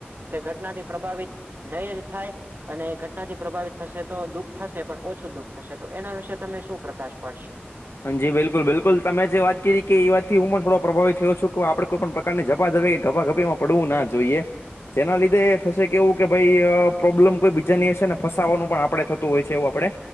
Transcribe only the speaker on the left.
હ જી બિલકુલ બિલકુલ તમે જે વાત કરી કે એવાતથી હું પણ થડો પ્રભાવિત થયો છું કે આપડ કોઈ પણ ને જઝા ધબે કે ગભા ગભી માં પડવું ના જોઈએ. જેના લીધે થશે કે એવું કે ભાઈ પ્રોબ્લેમ કોઈ બીજાની હશે ને ફસાવાનું પણ આપડે થતું હોય છે. એવું આપડે,